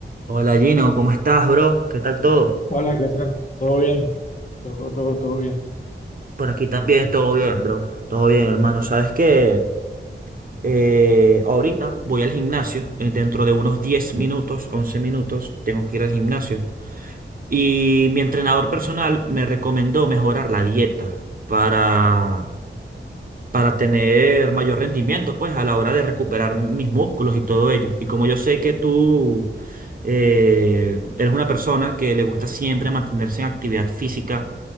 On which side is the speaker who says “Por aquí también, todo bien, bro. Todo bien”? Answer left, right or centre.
Right